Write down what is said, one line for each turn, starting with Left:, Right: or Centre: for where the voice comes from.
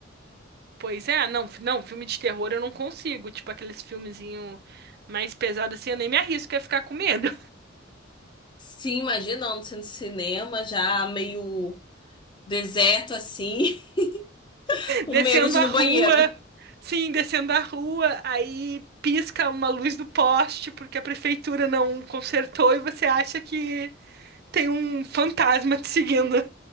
Right: Pois é, não, fi- não, filme de terror eu não consigo, tipo aqueles filmezinho mais pesados assim, eu nem me arrisco a ficar com medo.
Left: Sim, imagina, não sendo cinema, já meio deserto assim, <laughs> o
Right: descendo
Left: medo de ir
Right: a
Left: no
Right: rua,
Left: banheiro.
Right: sim, descendo a rua, aí pisca uma luz do poste porque a prefeitura não consertou e você acha que tem um fantasma te seguindo.